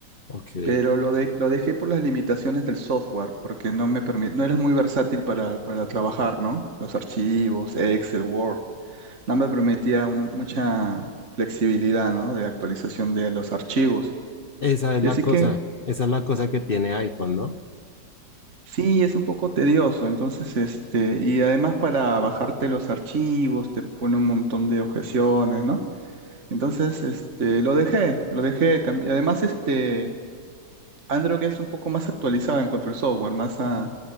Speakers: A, on the left; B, on the right.
A: ok.
B: pero lo, de, lo dejé por las limitaciones del software, porque no me permite, no era muy versátil para, para trabajar, ¿no? Los archivos, Excel, Word, no me permitía una- mucha flexibilidad, ¿no? De actualización de los archivos.
A: Esa es
B: Y
A: la
B: así
A: cosa,
B: que
A: esa es la cosa que tiene iPhone, ¿no?
B: Sí, es un poco tedioso, entonces, este, y además para bajarte los archivos te pone un montón de objeciones, ¿no? Entonces, este, lo dejé, lo dejé, cambi- además, este, Android es un poco más actualizado en cuanto al software, más, a-